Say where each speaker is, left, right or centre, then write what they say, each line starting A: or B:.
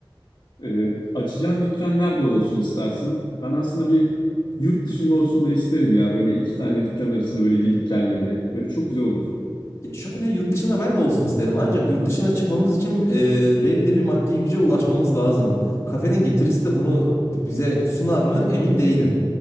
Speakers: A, on the left; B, on the left.
A: Ee, açacağın dükkan nerede olsun istersin? Ben aslında bir yurt dışında olsun da isterim ya. Böyle iki tane dükkan arasında böyle gidip gelmeli. Böyle çok güzel olur.
B: Ya şöyle yurt dışında ben de olsun isterim. Ancak yurt dışına çıkmamız için e, belli bir maddi güce ulaşmamız lazım. Kafenin getirisi de bunu bize sunar mı emin değilim.